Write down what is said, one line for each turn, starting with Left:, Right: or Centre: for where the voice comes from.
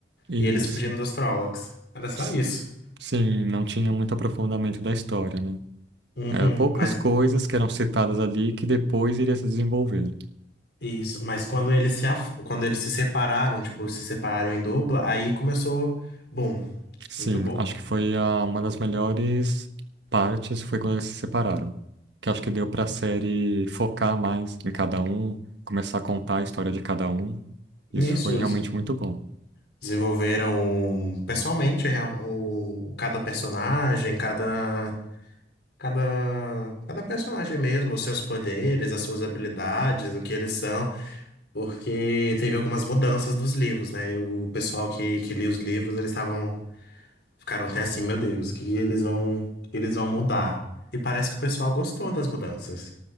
Right: Isso.
Left: E eles fugindo dos Trollocs. Era só
Right: S-
Left: isso.
Right: Sim, não tinha muito aprofundamento da história, né?
Left: Uhum,
Right: É, poucas
Left: mas
Right: coisas que eram citadas ali que depois iria se desenvolver.
Left: isso, mas quando eles se af- quando eles se separaram, tipo, se separaram em dupla, aí começou, bom,
Right: Sim,
Left: muito boa.
Right: acho que foi a, uma das melhores partes foi quando eles se separaram. Que acho que deu pra série focar mais em cada um, começar a contar a história de cada um. Isso
Left: Nisso
Right: foi realmente
Left: des-
Right: muito bom.
Left: desenvolveram um, pessoalmente real- o cada personagem, cada Cada, cada personagem mesmo, os seus poderes, as suas habilidades, o que eles são, porque teve algumas mudanças dos livros, né? E o pessoal que, que lia os livros, eles estavam, ficaram até assim, meu Deus, o que eles vão, o que eles vão mudar? E parece que o pessoal gostou das mudanças.